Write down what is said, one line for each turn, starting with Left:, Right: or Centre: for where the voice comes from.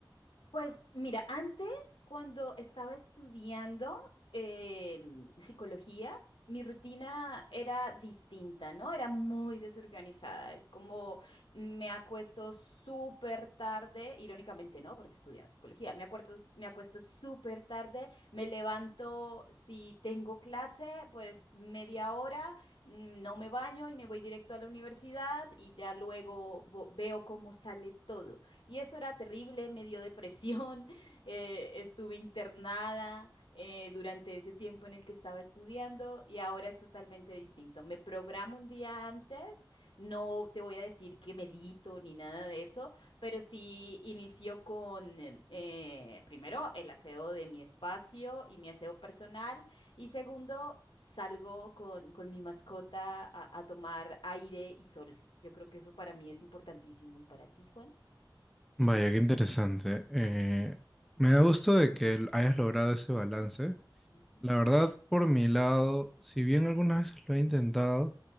Left: Pues mira, antes cuando estaba estudiando em, psicología, mi rutina era distinta, ¿no? Era muy desorganizada. Es como me acuesto súper tarde, irónicamente no, porque estudiaba psicología. Me acuerdo, me acuesto súper tarde, me levanto si tengo clase, pues media hora, mm, no me baño y me voy directo a la universidad y ya luego vo- veo cómo sale todo y eso era terrible, me dio depresión, <laughs> eh, estuve internada eh, durante ese tiempo en el que estaba estudiando y ahora es totalmente distinto. Me programo un día antes, no te voy a decir que medito ni nada de eso, pero sí inicio con eh, primero el aseo de mi espacio y mi aseo personal y segundo salgo con, con mi mascota a, a tomar aire y sol. Yo creo que eso para mí es importantísimo y para ti, Juan.
Centre: Vaya, qué interesante. Eh, me da gusto de que l- hayas logrado ese balance.
Left: Ujú,
Centre: La verdad, por mi lado, si bien algunas veces lo he intentado,